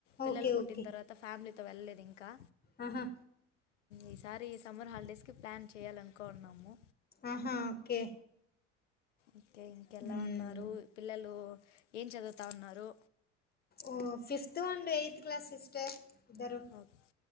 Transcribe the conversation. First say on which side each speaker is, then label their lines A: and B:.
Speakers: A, on the left; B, on the left.
A: పిల్లలు
B: ఓకే.
A: పుట్టిన
B: ఓకే.
A: తర్వాత ఫా ఫ్యామిలీతో వెళ్లేదు ఇంకా
B: ఆహా
A: ఈసారి ఈ సమ్మర్ హాలిడేస్ కి ప్లాన్ చెయ్యాల అనుకోన్నాము
B: ఆహా ఓకే
A: ఇంకే ఇంకెలా
B: హ్మ్.
A: ఉన్నారు పిల్లలు ఏం చదువుతా ఉన్నారు
B: ఓ fifth and eighth class sister ద్దరు
A: ఓకే